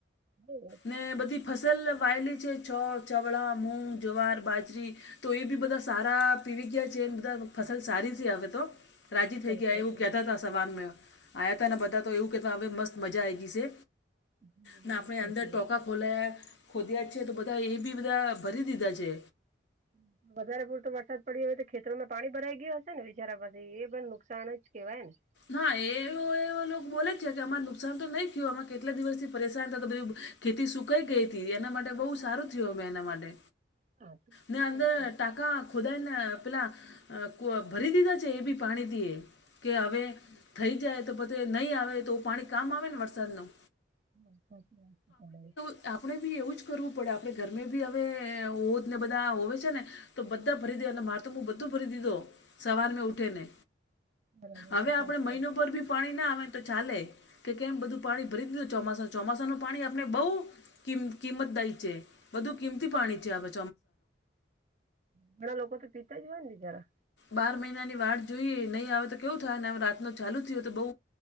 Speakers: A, on the right; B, on the left.
A: બઉ સાચી
B: ને બધી ફસલ વાયેલી છે છ ચવળા, મૂગ, જવાર, બાજરી તો એ બી બધા સારા પીવી ગયા છે બધા ફસલ સારીથી આવે તો. રાજી થઈ ગયા
A: બરાબર
B: એવું
A: છે
B: કહેતા હતા સવાનમાં આયા હતા તે બધા તો એવું કહેતા હવે મસ્ત મજા આયગે સે,
A: બસા
B: ને આપણે
A: છે. સાચી
B: અંદર ટોકા
A: વાત છે.
B: ખોલાયા ખોદ્યા જ છે તો બધા એ બી બધા ભરી દીધા છે.
A: હમ્મ. વધારે પૂરતો વરસાદ પડીયો હોય તો ખેતરોમાં પાણી ભરાઈ ગય હશે ને બિચારા પાસે એ પણ નુકસાન જ કેહેવાય ને.
B: હા એવ એવું એ લોકો બોલે છે અમારે તો નહી થયું અમે કેટલા દિવસ થી પરેશાન થ તો બધું ખેતી સુકાઈ ગઈ હતી એના માટે બહુ સારું થયુ મેં એના માટે,
A: હા તો
B: ને
A: સારું
B: અંદર
A: છે
B: ટા કા ખુદાના આ પેલા ભરી દીધા છે એ બી પાણીથી. કે હવે થઈ જાય તો પધી નહીં આવે તો પાણી કામ આવે ને વરસાદનો.
A: હમ્મ, સાચી વાત છે તમારી.
B: આપણે બી એવું જ કરવું પડે આપડે ઘરમે બી હવે બધા હોવે છે ને તો બધા ભરી દે અને મારે તો હું બધો ભરી દીધો. સવાર મે ઉઠે ને,
A: બરાબર
B: હવે
A: છે સાચી
B: આપણે મહિનો
A: વાત છે.
B: પર ભી પાણી ના આવે તો ચાલે કે કેમ બધું પાણી ભરી દીધું ચોમાસા ચોમાસા નું પાણી આપણે બઉ કિમ કિંમતદાયી છે, બધું કિમતી પાણી છે અવે
A: ઘણા લોકો તો પીતા જ હોય ને બીચારા.
B: બાર મહિનાની વાળ જોઈએ નહીં આવે તો કેવું થાય ને રાતનો ચાલુ થયો તો બહુ